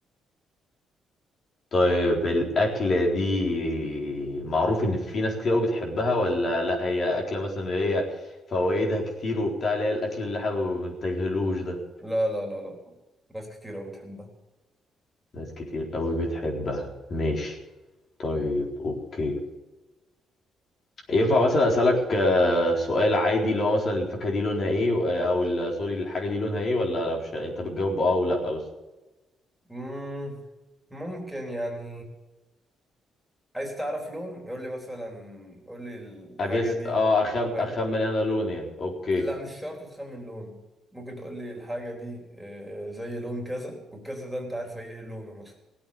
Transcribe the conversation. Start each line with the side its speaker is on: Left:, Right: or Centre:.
Left: طيب الأكلة دي معروف إن في ناس كتير أوي بتحبها ولا لأ هي أكلة مثلا اللي هي فوائدها كتير وبتاع اللي هي الأكل اللي احنا ما بنتجاهلوش ده
Centre: لا لا لا لا ناس كتير أوي بتحبها
Left: ناس كتير قوي بتحبها ماشي طيب اوكي ينفع مثلا اسالك آه، سؤال عادي اللي هو مثلا الفاكهه دي لونها ايه و- آه، او ال- سوري الحاجه دي لونها ايه ولا لا مش انت بتجاوب اه ولا بس
Centre: مم، ممكن يعني عايز تعرف لون يقول لي مثلا قول لي الحاجة
Left: اجس
Centre: دي
Left: اه أخم...
Centre: فاهم
Left: اخمن انا لون يعني اوكي
Centre: لا مش شرط تخمن لون ممكن تقول لي الحاجة دي آه، زي لون كذا والكذا ده انت عارف هي ايه لونه مثلا